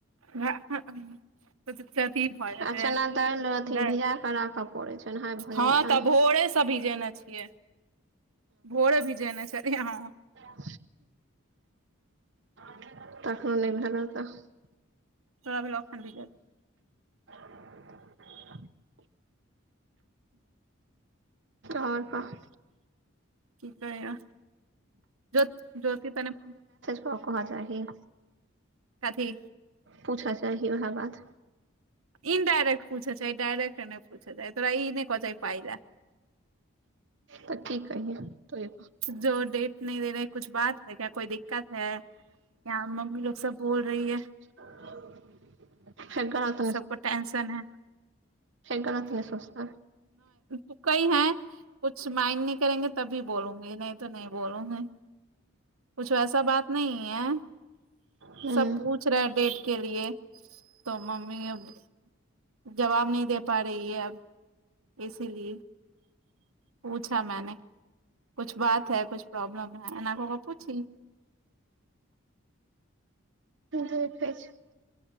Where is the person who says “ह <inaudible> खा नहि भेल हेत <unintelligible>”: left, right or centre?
Right